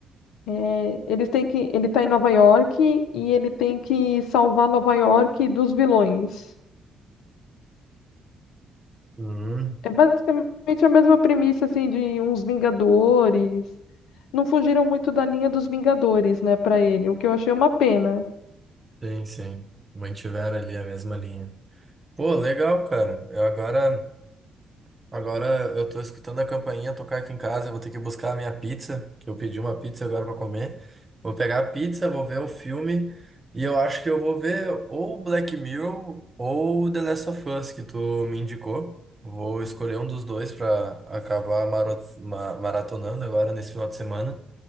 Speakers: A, on the left (about 70°); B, on the right (about 30°).
A: é, eles têm que, ele tá em Nova York e ele tem que salvar Nova York dos vilões.
B: Hum,
A: É basicamente a mesma premissa assim de uns Vingadores. não fugiram muito da linha dos Vingadores, né, pra ele, o que eu achei uma pena.
B: sim, sim. Mantiveram ali a mesma linha. Pô, legal, cara. Eu agora. Agora eu tô escutando a campainha tocar aqui em casa. Eu vou ter que buscar a minha pizza, que eu pedi uma pizza agora pra comer. Vou pegar a pizza, vou ver o filme. E eu acho que eu vou ver ou Black Mirror ou The Last of Us, que tu me indicou. Vou escolher um dos dois pra acabar maro- ma- maratonando agora nesse final de semana.